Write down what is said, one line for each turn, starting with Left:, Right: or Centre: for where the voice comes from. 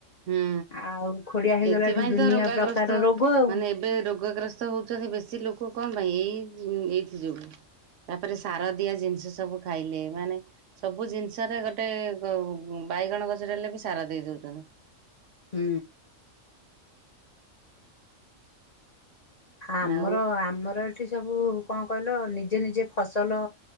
Right: ହୁଁ
Left: ଆଉ ଖୋଡିଆ ହେଇଗଲା
Right: ସେଥିପାଇଁ
Left: ଠୁ ଦୁନିଆ
Right: ତ ରୋଗାଗ୍ରସ୍ତ
Left: ପ୍ରକାର ରୋଗ ଆଉ।
Right: ମାନେ ଏବେ ରୋଗଗ୍ରସ୍ତ ହଉଚନ୍ତି ବେଶୀ ଲୋକ କଣ ପାଇଁ? ଏଇ ଏଇଥି ଯୋଗୁ। ତାପରେ ସାର ଦିଆ ଜିନିଷ ସବୁ ଖାଇଲେ ମାନେ ସବୁ ଜିନିଷରେ ଗୋଟେ ବାଇଗଣ ଗଛରେ ହେଲେ ବି ସାର ଦେଇ ଦଉଚନ୍ତି।
Left: ହୁଁ। ଆମର
Right: ଆଉ
Left: ଆମର ଏଠି ସବୁ କଣ କହିଲ ନିଜେ ନିଜେ ଫସଲ